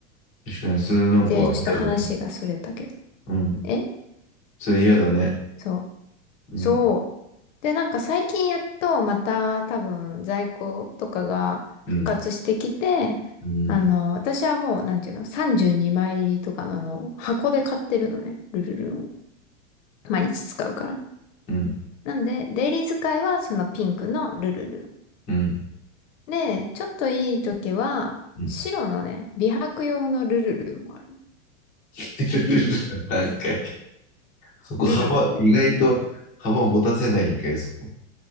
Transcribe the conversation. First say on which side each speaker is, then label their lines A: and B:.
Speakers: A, on the left (about 20°); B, on the left (about 70°).
A: 確かに、それなんか嫌だね。
B: で、ちょっと話がそれたけど。
A: うん。
B: え
A: それ嫌だね。
B: そう。
A: うん、
B: そう。で、なんか最近やっとまた多分在庫とかが復活してきて、
A: うん、うん、
B: あの、私はもう、なんていうの、32枚入りとかの、あの箱で買ってるのね。ルルルンを。毎日使うから。
A: うん、
B: なんで、デイリー使いはそのピンクのルルル
A: うん。
B: ン。で、ちょっといい時は、
A: うん
B: 白のね、美白用のルルルンもある。
A: <laughs> なんか、そこ幅、
B: ルルルンね。
A: 意外と幅持たせないんかい、そこ。